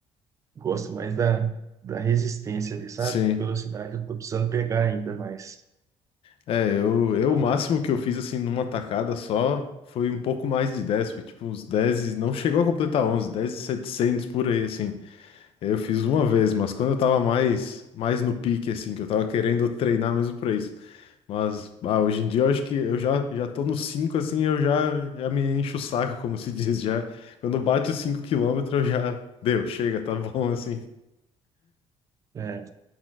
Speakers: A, on the right; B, on the left.
A: gosto mais da, da resistência ali, sabe?
B: Sim.
A: Velocidade eu tô precisando pegar ainda mais.
B: É, eu,
A: Então,
B: eu
A: Dá
B: o máximo
A: uma.
B: que eu fiz, assim, numa tacada só foi um pouco mais de dez Foi tipo uns 10 e- Não chegou a completar onze 10 e 700 por aí, assim. Eu fiz uma vez, mas quando eu tava mais, mais no pique, assim, que eu tava querendo treinar mesmo pra isso. Mas ah, hoje em dia eu acho que eu já, já tô no 5 assim, eu já, já me encho o saco, como se <laughs> diz. Já, quando bate os 5 quilômetros, eu já deu, chega, tá bom, <laughs> assim.
A: é,